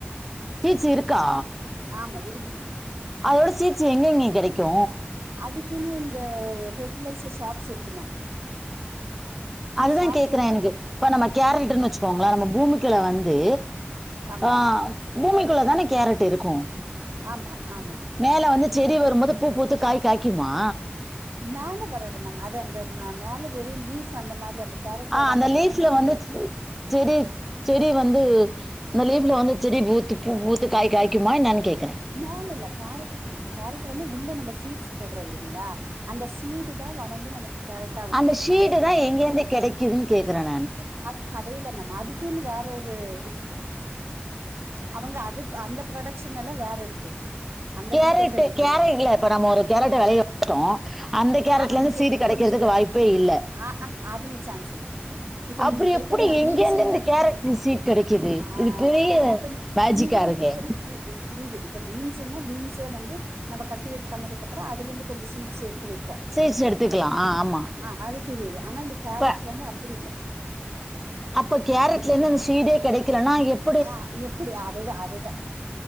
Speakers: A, in the centre; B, on the right.
A: சீட்ஸ் இருக்கா
B: ஆமா இருக்கு மேம்
A: அதோட சீட்ஸ் எங்கேங்க கெடைக்கு
B: அதுக்குன் இந்த பெர்ட்டிலைசர் ஷாப்ஸ் இருக்கு மேம்
A: அதுதா
B: ஷாப்ஸ்ல
A: கேக்கறே எனக்கு இப்ப நம்ம கேரக்டர்ன்னு வெச்சுக்கோங்களே நம்ம பூமிக்குள்ள வந்து
B: ஆமா
A: ஆ பூமிக்குள்ள தானே கேரட் இருக்கும்
B: ஆமா ஆமா
A: மேல வந்து செடி வரும்போது பூ பூத்து காய் காய்க்குமா
B: மேல வராது மேம் அது அந்த ம மேல வெறு லீஃப் அந்த மாரி அந்த கேரட்டோட
A: ஆ
B: அந்த
A: லீஃப்ல
B: எல மட்டுந்தா
A: வந்து
B: இருக்கு
A: செடி செடி வந்து இந்த லீப்ல வந்து செடி பூத்து பூ பூத்து காய் காய்க்குமா என்னனு கேட்கிறே
B: மேல இல்ல கேரட் போ கேரட் வந்து உள்ள நம்ம சீட்ஸ் போடுறோ இல்லலைங்களா அந்த சீடு தா வளர்ந்து நமக்கு கேரட்
A: அந்த ஷீடு தா எங்கேருந்து கெடைக்குதுன் கேக்கறே நானு
B: அது கடையில மேம் அதுக்குன் வேற ஒரு இது இருக்கு அவங்க அது அந்த புரொடக்ஷனல்லா வேற இருக்கு அந்த
A: கேரட்டு
B: டீட்டெயில் இல்ல
A: கேர
B: மேம்
A: இல்ல இப்ப நம்ம ஒரு கேரட்ட விலைய வைப்போ அந்த கேரட்ல
B: ஆமா நீங்க
A: இருந்து
B: கேக்குறது
A: சீடு கெடைக்கிறதுக்கு
B: புரிஞ்சுது
A: வாய்ப் ப்பே இல்ல
B: ஆ அ அதுல சான்ஸ் இல்ல இப்ப
A: அப்றோ
B: நீங்க கேக்கறீங்க
A: எப்டி எங்கேருந்து
B: பீன்ஸ்சின்னா
A: இந்த கேரட் சீட் கெடைக்குது
B: ஆ
A: இது பெரிய
B: இப்ப நி
A: மேஜிக்கா
B: நீங்க கேக்கறது
A: இருக்கே
B: எனக் புரிது எனக் புரிதே க்க பீஸுன்ன பீன்ஸே வந்து நம்ம கல்டிவேட் பண்ணதுக்கப்பறோ அதுலருந்து கொஞ்ச சீட்ஸ் எடுத்து வெப்போ
A: சீட்ஸ் எடுத்துக்கலா ஆ ஆமா
B: ஆ அது தெரியுது ஆனா இந்த கேரட்டுக்கு
A: இப்ப
B: வந்து அப்டி இல்ல
A: அப்ப கேரட்லிருந்து அந்த சீடே கெடைக்கலனா எப்
B: ஆ எப்டி அதேதா அதேதா